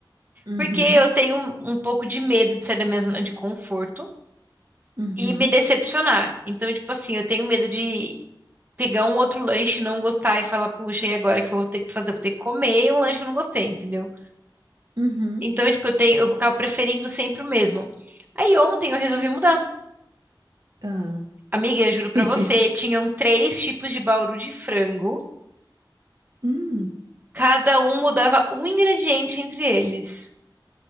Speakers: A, on the right; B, on the right.
A: uhum,
B: Porque eu tenho um, um pouco de medo de sair da minha zona de conforto
A: uhum,
B: e me decepcionar. Então, tipo assim, eu tenho medo de pegar um outro lanche, e não gostar e falar, puxa, e agora o que eu vou ter que fazer? Vou ter que comer um lanche que eu não gostei, entendeu?
A: uhum.
B: Então, tipo, eu tenho, eu acabo preferindo sempre o mesmo. Aí ontem eu resolvi mudar.
A: Ah.
B: Amiga, eu juro
A: <laughs>
B: pra você, tinham três tipos de bauru de frango.
A: Hum.
B: Cada um mudava um ingrediente entre eles.